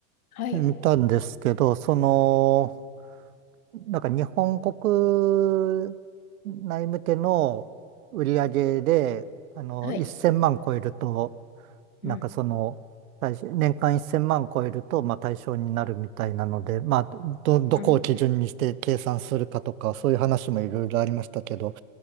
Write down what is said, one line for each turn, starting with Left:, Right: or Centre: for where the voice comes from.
Left: はい、
Right: みたんですけど、その、なんか日本国内向けの売り上げで、あの、
Left: はい。
Right: 1000万超えると、
Left: うん、
Right: なんかその、対象年間1000万超えると、まあ対象になるみたいなので、まあ、ど、どこを基準にして計算するかとか、
Left: うん、
Right: そういう話もいろいろありましたけど、